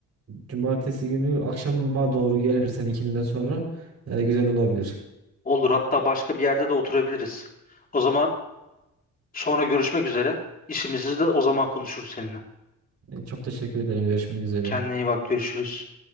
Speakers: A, on the right; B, on the left.
A: cumartesi günü akşama doğru gelirsen ikindiden sonra e, güzel olabilir.
B: Olur. Hatta başka bir yerde de oturabiliriz. O zaman sonra görüşmek üzere. İşimizi de o zaman konuşuruz seninle.
A: E, çok teşekkür ederim. Görüşmek üzere.
B: Kendine iyi bak. Görüşürüz.